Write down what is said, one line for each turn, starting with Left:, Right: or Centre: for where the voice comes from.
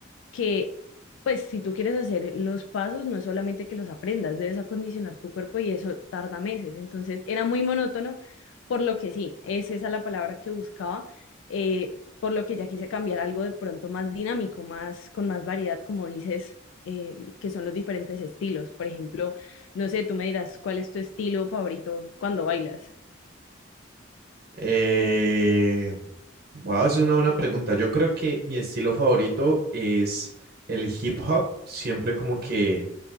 Left: que, pues, si tú quieres hacer los pasos, no es solamente que los aprendas, debes acondicionar tu cuerpo y eso tarda meses. Entonces, era muy monótono, por lo que sí, es esa la palabra que buscaba, eh, por lo que ya quise cambiar algo de pronto más dinámico, más, con más variedad, como dices. eh, que son los diferentes estilos. Por ejemplo, no sé, tú me dirás cuál es tu estilo favorito cuando bailas.
Right: Eh, wow, es una buena pregunta. Yo creo que mi estilo favorito es el hip hop. Siempre como que,